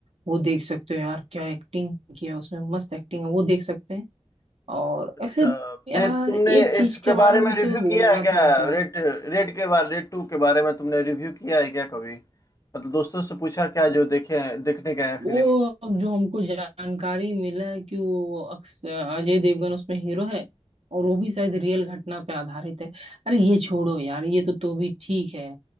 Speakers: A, on the right; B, on the left.
A: वो देख सकते हो यार क्या एक्टिंग किया है उसमें मस्त एक्टिंग है वो देख सकते हैं और
B: अच्छा
A: ऐसे यार
B: दे तुमने
A: एक चीज
B: इसके
A: के
B: बारे
A: बारे में
B: में रिव्यू
A: तो बोलना
B: किया है क्या
A: था हमको
B: रेड रेड के बारे रेड टू के बारे में तुमने रिव्यू किया है क्या कभी मतलब दोस्तों से पूछा क्या जो देखे हैं देखने गए हैं
A: वो
B: फिल्म
A: अब जो हमको जानकारी मिला है कि वो अक्स- अजय देवगन उसमें हीरो है और वो भी शायद रियल घटना पे आधारित है अरे ये छोड़ो यार ये तो तो भी ठीक है